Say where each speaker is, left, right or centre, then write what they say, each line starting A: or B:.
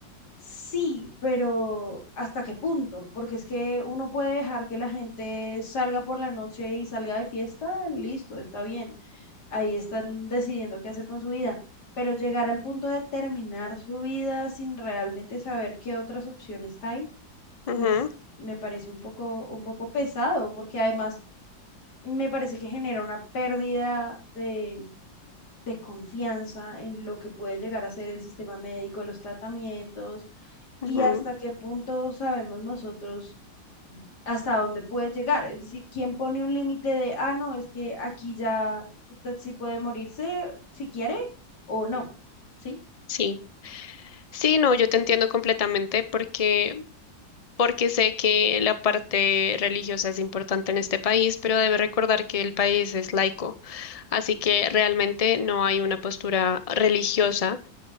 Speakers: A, on the left; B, on the left.
A: Sí, pero ¿hasta qué punto? Porque es que uno puede dejar que la gente salga por la noche y salga de fiesta, listo, está bien. Ahí están decidiendo qué hacer con su vida. Pero llegar al punto de terminar su vida sin realmente saber qué otras opciones hay, pues
B: Ujú,
A: me parece un poco, un poco pesado, porque además me parece que genera una pérdida de, de confianza en lo que puede llegar a ser el sistema médico, los tratamientos y
B: ujú,
A: hasta qué punto sabemos nosotros hasta dónde puede llegar. Es decir, ¿quién pone un límite de, ah, no, es que aquí ya usted sí puede morirse si quiere o no? ¿Sí?
B: Sí, sí, no, yo te entiendo completamente porque, porque sé que la parte religiosa es importante en este país, pero debe recordar que el país es laico, así que realmente no hay una postura religiosa